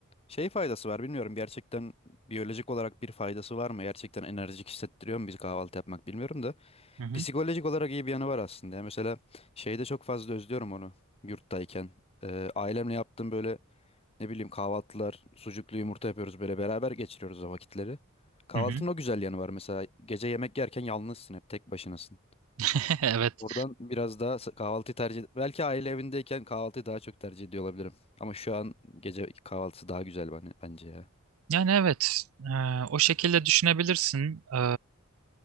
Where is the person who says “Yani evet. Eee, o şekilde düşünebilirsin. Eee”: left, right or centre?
Right